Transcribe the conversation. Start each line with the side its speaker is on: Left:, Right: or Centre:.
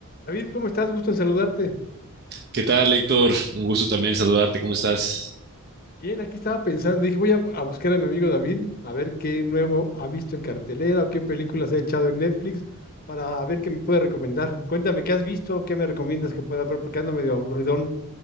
Left: David, ¿cómo estás? Gusto en saludarte.
Right: ¿Qué tal, Héctor? Un gusto también saludarte. ¿Cómo estás?
Left: Bien, aquí estaba pensando, dije, voy a, a buscar a mi amigo David, a ver qué nuevo ha visto en cartelera o qué películas ha echado en Netflix para ver qué me puede recomendar. Cuéntame, ¿qué has visto? ¿Qué me recomiendas que pueda ver? Porque ando medio aburridón.